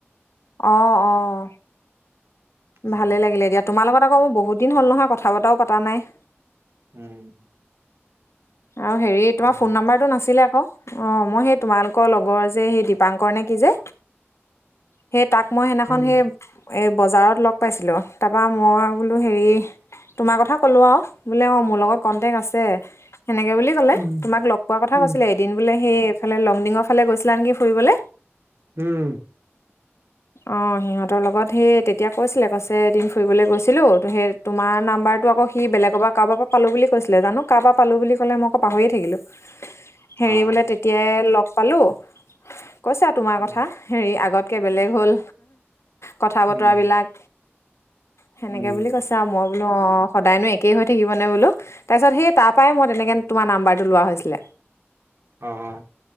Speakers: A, on the left; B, on the right.
A: আহ, আহ।
B: উম
A: ভালেই লাগিলে দিয়া তোমাৰ লগত আকৌ বহুত দিন হ'ল নহয় কথা বতৰাও পতা নাই।
B: উম।
A: আৰু হেৰি
B: হয়
A: তোমাৰ ফোন
B: হয়
A: নাম্বাৰটো নাছিলে অ অ মই সেই তোমালোকৰ লগৰ যে সেই দীপাংকৰ নে কি যে। সেই তাক মই সিনাখন
B: উম
A: সেই এই বজাৰত লগ পাইছিলোঁ। তাৰপৰা মই বোলো হেৰি তোমাৰ কথা ক'লোঁ আৰু। বোলে অ মোৰ লগত কন্টেক আছে সেনেকে বুলি ক'লে,
B: উম
A: তোমাক লগ পোৱা কথা
B: উম উম
A: কৈছিলে। এদিন বোলে সেই এইফালে লংডিঙৰ ফালে গৈছিলা নেকি ফুৰিবলৈ?
B: উম।
A: অ সিহঁতৰ লগত, সেই তেতিয়া কৈছিলে কৈছে এদিন ফুৰিবলৈ গৈছিলো ত সেই তোমাৰ নাম্বাৰটো আকৌ সি বেলেগৰ পৰা কাৰোবাৰ পৰা পো বুলি কৈছিলে, জানো কাৰোব পৰা পালোঁ বুলি ক'লে মই আকৌ পাহৰিয়ে থাকিলোঁ। হেৰি
B: অ
A: বোলে তেতিয়াই লগ পালো, কৈছা তোমাৰ
B: উম
A: কথা, হেৰি আগত বেলেগ হ'ল কথা বতৰা
B: উম
A: বিলাক সেনেকে
B: উম
A: বুলি কৈছে আৰু। মই বোলো অ সদায়নো একেই হৈ থাকিব নে বোলো। তাৰপিছত সেই তাৰ পৰাই মই তেনেকে তোমাৰ নাম্বাৰটো লোৱা হৈছিলে।
B: অহ।